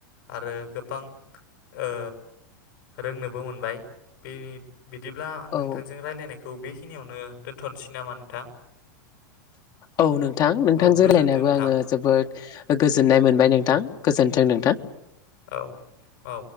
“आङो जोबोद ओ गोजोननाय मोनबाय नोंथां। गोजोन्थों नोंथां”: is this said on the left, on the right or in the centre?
Left